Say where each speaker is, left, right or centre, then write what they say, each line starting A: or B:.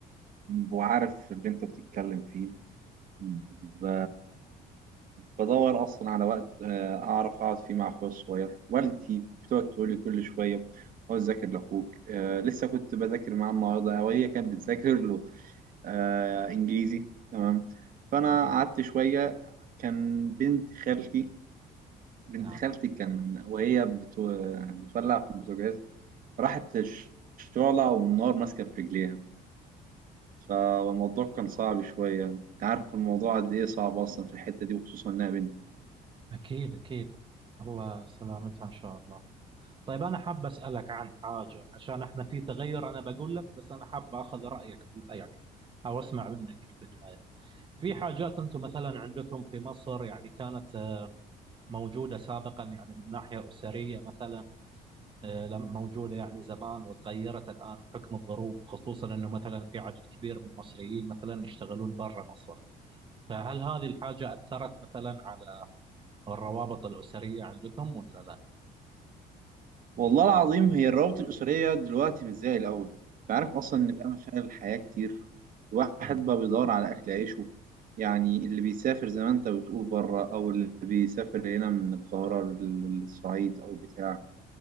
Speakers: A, on the right (about 55°); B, on the right (about 30°).
A: وعارف اللي انت بتتكلم فيه ب... بدور اصلا على وقت آه، اعرف اقعد فيه مع اخويا الصغير والدتي بتقعد تقول لي كل شويه اقعد ذاكر لاخوك آه، لسه كنت بذاكر معاه النهارده او هي كانت بتذاكر له آه، انجليزي تمام فانا
B: أها.
A: قعدت شويه كان بنت خالتي بنت
B: نعم
A: خالتي كان وهي بتو... بتولع في البوتاجاز راحت الشعلة والنار ماسكة في رجليها فالموضوع كان صعب شوية انت عارف الموضوع قد ايه صعب اصلا في الحتة دي وخصوصا انها بنت
B: اكيد اكيد الله سلامتها ان شاء الله طيب انا حاب اسالك عن حاجة عشان احنا في تغير انا بقول لك بس انا حاب اخذ رايك في- يعني او اسمع منك في البداية في حاجات انتم مثلا عندكم في مصر يعني كانت موجودة سابقا يعني من ناحية أسرية مثلا آه، لم- موجودة يعني زمان وتغيرت الآن بحكم الظروف خصوصا أنه مثلا في عدد كبير من المصريين مثلا يشتغلون برا مصر فهل هذه الحاجة أثرت مثلا على الروابط الأسرية عندكم ولا لا؟
A: والله العظيم هي الروابط الأسرية دلوقتي مش زي الأول انت عارف اصلا ان بقى مشاغل الحياة كتير الواحد
B: مم.
A: بقى بيدور على أكل عيشه يعني اللي بيسافر زي ما انت بتقول بره او اللي بيسافر هنا من القاهرة للصعيد او بتاع